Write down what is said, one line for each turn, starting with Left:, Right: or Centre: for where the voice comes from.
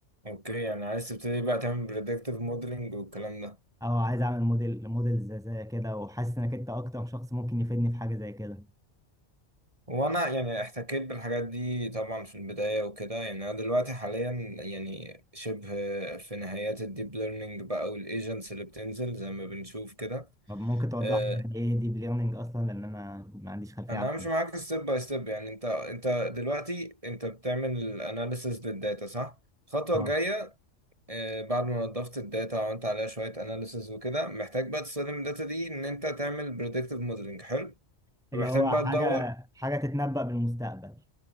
Right: اوكي يعني عايز تبتدي بقى تعمل بريدكتيف موديلنج والكلام ده
Centre: او عايز اعمل موديل موديل زي زي كده وحاسس انك انت اكتر شخص ممكن يفيدني في حاجه زي كده
Right: وانا يعني احتكيت بالحاجات دي طبعا في البداية وكده يعني انا دلوقتي حاليا يعني شبه في نهايات الديب ليرنينج بقى والايجنتس اللي بتنزل زي ما بنشوف كده
Centre: طب ممكن توضح
Right: آه،
Centre: لي يعني ايه ديب ليرنينج اصلا لان انا ما عنديش خلفيه
Right: انا
Centre: عنه
Right: همشي معاك ستيب باي ستيب يعني انت انت دلوقتي انت بتعمل اناليسز للداتا صح الخطوه
Centre: اه
Right: الجايه آه، بعد ما نضفت الداتا وعملت عليها شويه اناليسز وكده محتاج بقى تستخدم الداتا دي ان انت تعمل بريدكتيف موديلنج حلو ومحتاج
Centre: اللي هو
Right: بقى
Centre: حاجه
Right: تدور
Centre: حاجه تتنبأ بالمستقبل